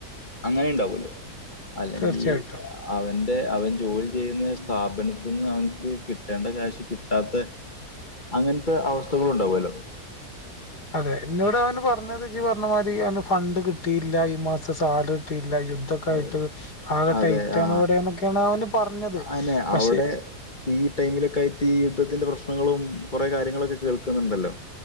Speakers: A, on the left (about 30°); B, on the left (about 80°).
A: അങ്ങനെ ഇണ്ടാവല്ലോ അല്ലെങ്കിൽ
B: തീർച്ചയായിട്ടും
A: സ അവന്റെ അവൻ ജോലി ചെയ്യുന്ന സ്ഥാപനത്ത്ന്ന് അവൻക്ക് കിട്ടേണ്ട കാശ് കിട്ടാത്ത അങ്ങനത്തെ അവസ്ഥകളുണ്ടാവുല്ലോ
B: അതെ ഇന്നോട് അവന് പറഞ്ഞത് ഇജ്ജ് പറഞ്ഞമാതിരി അവന് ഫണ്ട് കിട്ടിയില്ല ഈ മാസതെ സാലറി കിട്ടിയില്ല യുദ്ധ ക്കായിട്ട്
A: അതെ
B: ആകെ
A: അതെ
B: ടൈറ്റാണ്
A: ആ
B: ഇവിടെന്നൊക്കെയാണ് അവന് പറഞ്ഞത്
A: അനെ
B: പക്ഷെ
A: അവിടെ ഈ ടൈമിലൊക്കായിട്ട് ഈ യുദ്ധത്തിന്റെ പ്രശ്നങ്ങളും കുറേ കാര്യങ്ങളൊക്കെ കേൾക്കുന്നുണ്ടല്ലോ